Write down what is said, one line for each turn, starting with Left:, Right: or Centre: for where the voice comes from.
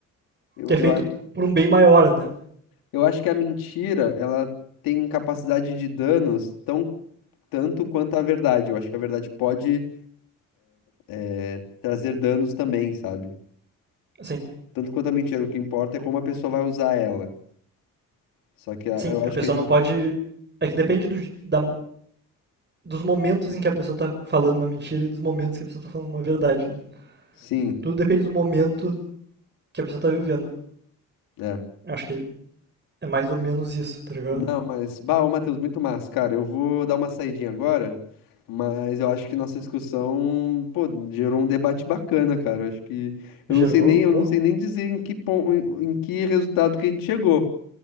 Left: Eu,
Right: que é feito
Left: eu,
Right: por um bem maior, né?
Left: Eu acho que a mentira, ela tem capacidade de danos tão tanto quanto a verdade. Eu acho que a verdade pode eh, trazer danos também, sabe?
Right: Assim,
Left: Tanto quanto a mentira, o que importa é como a pessoa vai usar ela. Só que a-
Right: sim,
Left: eu
Right: a
Left: acho
Right: pessoa
Left: que a gente.
Right: não pode. É que depende do, da, dos momentos em que a pessoa tá falando uma mentira e dos momentos que a pessoa tá falando uma verdade, né?
Left: Sim,
Right: Tudo depende do momento que a pessoa tá vivendo.
Left: é.
Right: acho que é mais ou menos isso, tá ligado?
Left: Não, mas. Bah, ô Matheus, muito massa, cara. Eu vou dar uma saidinha agora, mas eu acho que nossa discussão, pô, gerou um debate bacana, cara. Eu acho que. Eu
Right: Gerou,
Left: não sei nem, eu
Right: pô.
Left: não sei nem dizer em que ponto, em em que resultado que a gente chegou.